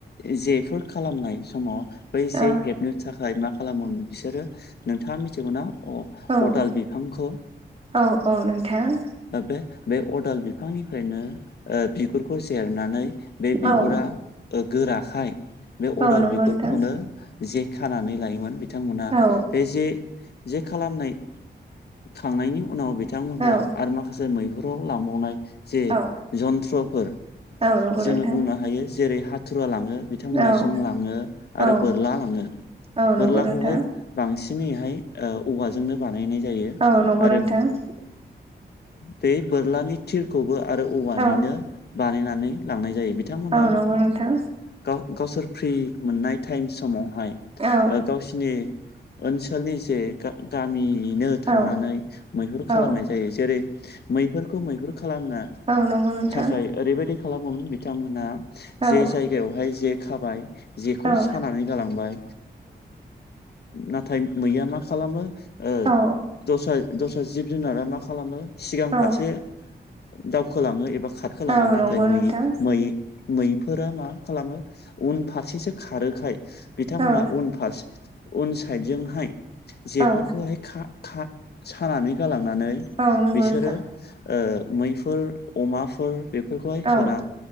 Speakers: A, on the left; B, on the right.
A: जेफोर खालामनाय समाव बै जे
B: औ
A: हे बिनि थाखाय मा खालामोम बिसोरो नोंथाङा मिथिगौाव
B: औ
A: अदाल बिफांखौ।
B: औ औ नोंथां।
A: दा बे बे अदाल बिफांनिफ्रायनो बिगुरखौ जेरनानै बे बिगुरा
B: औ
A: गोराखाय बे अदाल
B: औ नंगौ
A: बिगुरखौनो
B: नोंथां
A: जे खानानै लायोमोन बिथांमोना
B: औ
A: बे जे जे खालामनाय खांनायनि उनाव बे बिथांमोनहा
B: औ
A: आरो माखासे मैहुराव लांबावनाय जे
B: औ
A: जन्थ्रफोर
B: औ नंगौ
A: जोङो
B: नोंथां
A: बुंनो हायो जेरै हाथुरा लाङो। बिथांमोनहा
B: औ
A: जं लाङो
B: औ
A: आरो बोरला लाङो
B: औ नंगौ
A: बोरलाखौहाय।
B: नोंथां
A: बांसिनैहाय औवाजोंनो बानायनाय जायो
B: औ
A: आरो।
B: <inaudible>
A: बे बोरलानि थिरखौबो आरो औवानिनो
B: औ
A: बानायनानै लांनाय जायो। बिथांमोना
B: औ नंगौ नोंथां
A: ग गावसोर फ्रि मोननाय टाइम समावहाय
B: औ
A: गावसिनि ओनसोलनि जे गामिैनो थांनानै
B: औ
A: मैहुर खालामनाय
B: औ
A: जायो जेरै मैफोरखौ मैहुर खालामना।
B: औ नंगौ नोंथां
A: थाखाय ओरैबायदि खालामोमोन बिथांमोनहा जे
B: औ
A: जाय जगायावहाय जे खाबाय जेखौ
B: औ
A: सानानै। जालांबाय नाथाय मैया मा खालामो दस्रा
B: औ
A: दस्रा जिब जुनारा मा खालामो सिगां
B: औ
A: फारसे। दावखोलाङो एबा खारखोलाङो
B: औ
A: नाथाय
B: नंगौ
A: मैय
B: नोंथां
A: मै मैफोरा मा खालामो उनफारसेसो खारोखाय बिथांमोनहा
B: औ
A: उनफारसे। उन साइदजोंहाय जेफोरखौहाय
B: औ
A: सानानै। गालांनानै
B: औ नंगौ
A: बिसोरो
B: नोंथां
A: मैफोर अमाफोर। बेफोरखौहाय होना
B: औ